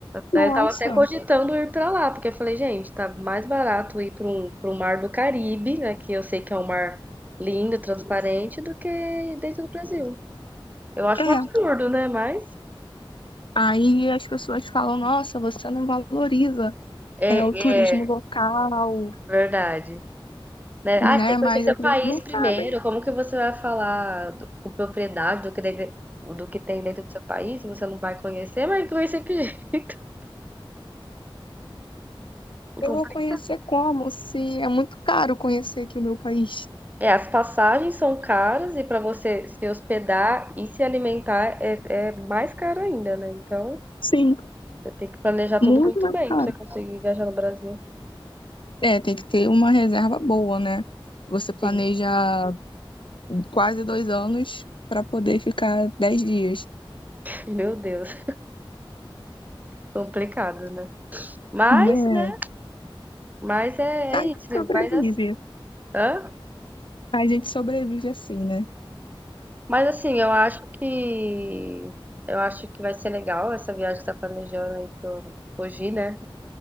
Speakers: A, on the right; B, on the left.
A: Daí
B: Nossa.
A: eu tava até cogitando ir pra lá, porque eu falei, gente, tá mais barato ir para um, para um mar do Caribe, né, que eu sei que é um mar lindo, transparente, do que dentro do Brasil. Eu acho
B: É.
A: um absurdo, né, mas
B: Aí as pessoas falam, nossa, você não valoriza
A: é,
B: é o turismo
A: é
B: local,
A: verdade. Né?
B: né?
A: Ah, você tem que
B: Mas
A: conhecer seu
B: as pessoas
A: país
B: não
A: primeiro,
B: sabem.
A: como que você vai falar do- com propriedade do que, dentro- do que tem dentro do seu país, se você não vai conhecer, mas conhecer que jeito? <laughs>
B: Eu vou conhecer como? Se é muito caro conhecer aqui o meu país.
A: É, as passagens são caras e para você se hospedar e se alimentar é, é mais caro ainda, né? Então,
B: Sim,
A: tem que planejar tudo
B: muito
A: muito
B: mais
A: bem
B: caro.
A: pra você conseguir viajar no Brasil.
B: É, tem que ter uma reserva boa, né? Você planeja
A: Sim.
B: quase dois anos para poder ficar dez dias,
A: <laughs> Meu Deus, complicado, né? Mas,
B: né?
A: né? Mas é,
B: A
A: é
B: gente
A: isso.
B: sobrevive.
A: Vai dar... Hã?
B: A gente sobrevive assim, né?
A: Mas assim, eu acho que eu acho que vai ser legal essa viagem que você tá planejando aí pro Fuji, né?